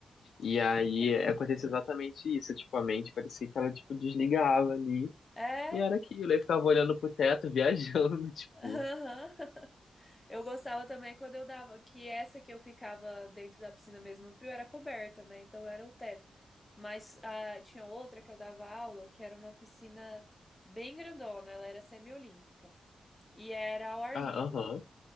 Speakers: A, on the left; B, on the left.
A: E aí
B: É muito
A: acontecia
B: bom.
A: exatamente isso, tipo, a mente parecia que ela, tipo, desligava ali,
B: É,
A: e era aquilo, eu ficava olhando pro teto, viajando, <laughs> tipo,
B: <laughs> aham. Eu gostava também quando eu dava, que essa que eu ficava dentro da piscina mesmo no frio era coberta, né? Então era o teto. Mas ah, tinha outra que eu dava aula, que era uma piscina bem grandona, ela era semiolímpica e era ao ar
A: ah,
B: livre.
A: aham,